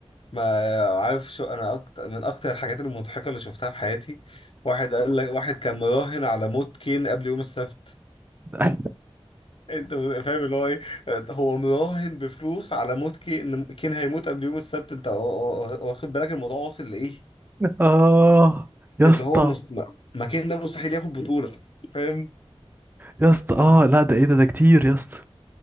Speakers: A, on the left (about 55°); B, on the right (about 20°).
A: ما عارف شو انا اكتر من اكتر الحاجات المضحكه اللي شفتها في حياتي واحد قال لك واحد كان مراهن على موت كين قبل يوم السبت
B: <laughs>
A: انت فاهم اللي هو ايه آه، هو مراهن بفلوس على موت كي ان كين هيموت قبل يوم السبت انت وا- وا- واخد بالك الموضوع واصل لايه
B: اه يا
A: اللي
B: اسطى
A: هو مست... ما ما كين ده مستحيل ياخد بطولة فاهم
B: يا اسطى اه لا ده ايه ده ده كتير يا اسطى